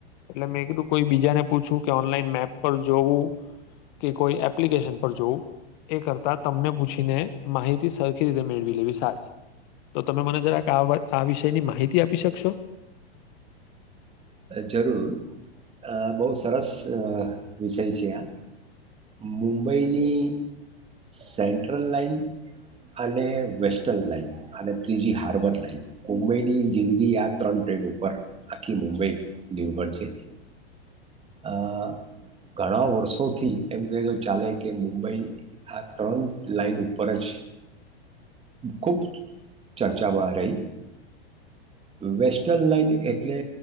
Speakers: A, on the left; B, on the right.
A: એટલે મેં કીધું કોઈ બીજાને પૂછું કે ઓનલાઈન મેપ પર જોવું કે કોઈ એપ્લિકેશન પર જોવું એ કરતા તમને પૂછીને માહિતી સરખી રીતે મેળવી લેવી સારી તો તમે મને જરાક આવ આ વિષયની માહિતી આપી શકશો
B: જરૂર બહુ સરસ વિષય છે આ મુંબઈની સેન્ટ્રલ લાાઈન અને વેસ્ટન લાઈન અને ત્રીજી હાર્બર લાઈન મુંબઈની જિંદગી આ ત્રણ ટ્રેન ઉપર આખી મુંબઈ નિર્ભર છે અ આ ઘણા વર્ષોથી એમ કહેજ ચાલે કે મુંબઈ આ ત્રણ લાઈન ઉપર જ ખુબ ચર્ચામાં રહી વેસ્ટન લાઈન એટલે